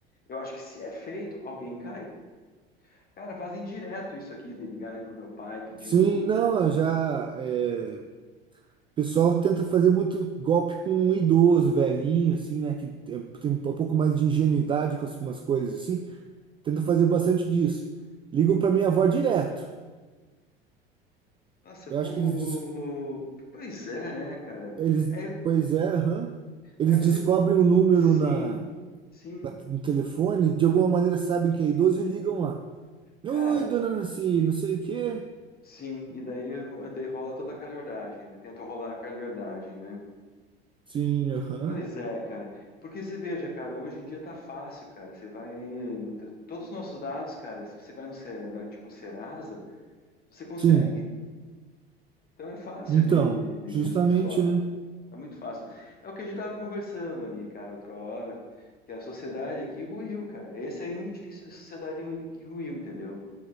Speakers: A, on the left; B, on the right.
A: Eu acho que se é feito, alguém cai. Cara, fazem direto isso aqui de ligarem pro meu pai pedindo.
B: Sim, não, eu já. é, o pessoal tenta fazer muito golpe com um idoso, velhinho, assim, né? Que tem tem um pouco mais de ingenuidade com algumas coisas, assim. Tenta fazer bastante disso. Ligam pra minha avó direto.
A: Nossa,
B: Eu
A: povo.
B: acho que eles. des-
A: Pois é, né, cara?
B: eles
A: É,
B: pois é, aham. Eles
A: aí você.
B: descobrem o número
A: Sim,
B: na
A: sim.
B: no telefone, de alguma maneira sabem que é idoso e ligam lá. Oi,
A: Cara,
B: dona Nancy, não sei o quê.
A: Sim, e daí, ro- daí rola toda a calhordagem, né? Tentam rolar a calhordagem, né?
B: Sim, aham.
A: Pois é, cara. Porque você veja, cara, hoje em dia tá fácil, cara. Você vai. no te- Todos os nossos dados, cara, se você vai no, Se- na, tipo Serasa, você consegue.
B: Sim,
A: Então é fácil
B: então,
A: de, de,
B: justamente,
A: de- de zoar.
B: né?
A: Tá muito fácil. É o que a gente tava conversando ali, cara, outra hora, que a sociedade aqui ruiu, cara. Esse aí é um indício de sociedade ru- que ruiu, entendeu?